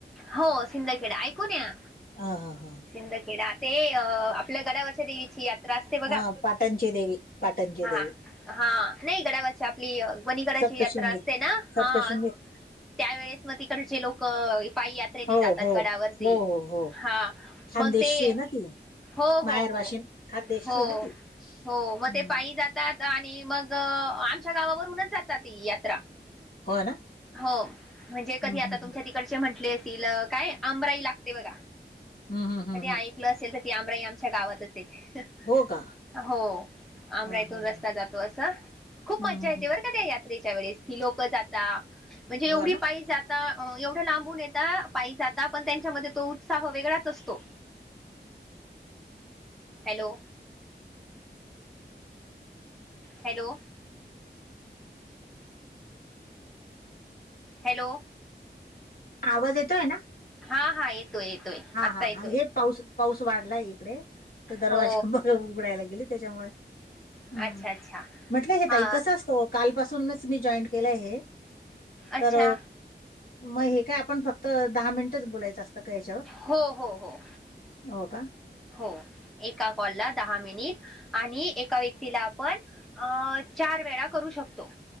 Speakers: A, in the centre; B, on the left.
A: हो सिंदखेडा ऐकून आहे हा
B: हा हा हा
A: सिंदखेडा ते अ आपल्या गडावरच्या देवीची यात्रा असते बघा
B: हा पाटणची देवी पाटणची
A: हा
B: देवी
A: हा नाही गड्यावरच्या आपली ग्वनीगडाची
B: सप्तशृंगी
A: यात्रा असते ना
B: सप्तशृंगी
A: हा त्यावेेळेस मग तिकडचे लोक पायीयात्रा
B: हो
A: जातात
B: हो
A: गडावरती
B: हो हो हो
A: हा
B: खानदेशची
A: मग ते
B: आहे ना ती
A: हो
B: माहेर
A: हो
B: वाशिन
A: हो
B: खानदेशची
A: हो
B: आहे ना ती
A: हो मग
B: हम्म.
A: ते पायी जातात आणि मग आमच्या गावावरूनच जातात ती यात्रा
B: हो ना
A: हो म्हणजे कधी
B: हम्म,
A: आता
B: हम्म,
A: तुमच्या
B: हम्म.
A: तिकड म्हण कले असल काय आंबराई लागते बघा
B: हं हं हं
A: कधी ऐकलं असेल तर ती आमराई आमच्या गावातच आहे.
B: हो का
A: हो आमराई
B: हा
A: इथून
B: हा हम्म,
A: रस्ता जातो असं खूप
B: हम्म,
A: मज्जा येते
B: हम्म.
A: बर का त्याच्यात त्याच्या वेळेस की लोक जाता म्हणजे एवढी
B: हो ना
A: पायी जाता एवढं लांबून येत आ पायी जाता पण त्यांच्यामध्ये तो उत्साह वेगळाच असतो हॅलो हॅलो हॅलो
B: आवाज येतोय ना?
A: हा, हा येतोय, येतोय
B: हा,
A: आत्ता
B: हा,
A: येतोय
B: हा हे पाऊस, पाऊस वाढलाय इकडे तर दरवाजा
A: हो
B: उघडायला गेली त्याच्यामुळे हम्म
A: अच्छा अच्छा
B: म्हटलं हे
A: हा
B: तई कस असत कालपासूनच मी जॉईन केलं आहे हे
A: अच्छा
B: तर मग हे काय आपण फक्त दहा मिनिटच बोलायचं असतं का याच्यावर
A: हो, हो, हो
B: हो का
A: हो एका कॉलला दहा मिनिट आणि एका व्यक्तीला आपण अ चार वेळा करू शकतो